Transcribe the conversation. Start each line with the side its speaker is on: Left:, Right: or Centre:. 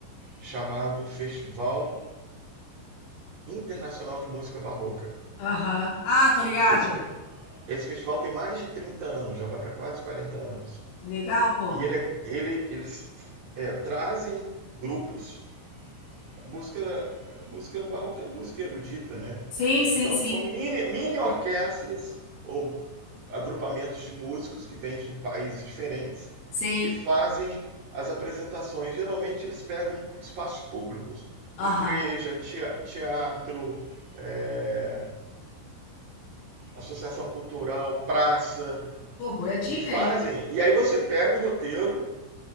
Right: chamado Festival Internacional de Música Barroca.
Left: Aham. Ah, tô ligada.
Right: Esse, Esse festival tem mais de 30 anos, já vai para quase 40 anos.
Left: Legal, pô.
Right: E ele, é- ele- eles é, trazem grupos. A música, a música barroca é música erudita, né?
Left: Sim, sim,
Right: Então
Left: sim.
Right: são mini, mini orquestras ou agrupamentos de músicos que vêm de países diferentes
Left: Sim.
Right: e fazem as apresentações. Geralmente eles pegam espaços públicos,
Left: Aham.
Right: igreja, teatro, é, associação cultural, praça,
Left: Pô, boa dica,
Right: E fazem.
Left: hein?
Right: E aí você pega o roteiro,